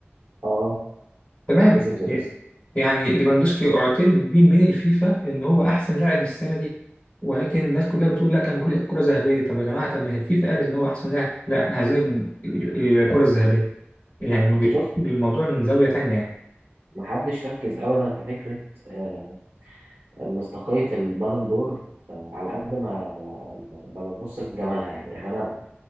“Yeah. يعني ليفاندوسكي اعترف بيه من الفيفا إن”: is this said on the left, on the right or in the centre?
Left